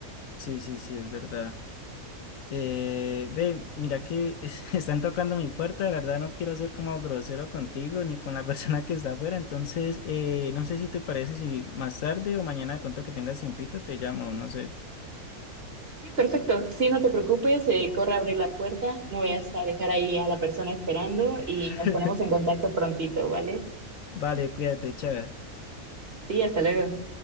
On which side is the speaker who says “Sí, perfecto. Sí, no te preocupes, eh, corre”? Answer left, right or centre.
Right